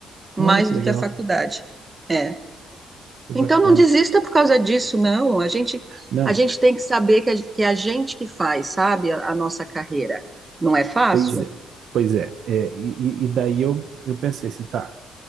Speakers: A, on the right; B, on the right.
A: mais
B: olha que
A: do
B: legal.
A: que a faculdade. É.
B: Que bacana.
A: Então não desista por causa disso, não. A gente,
B: Não.
A: a gente tem que saber que a, que é a gente que faz, sabe, a a nossa carreira. Não é fácil?
B: Pois é, pois é, É, e, e- e daí eu, eu pensei assim, tá,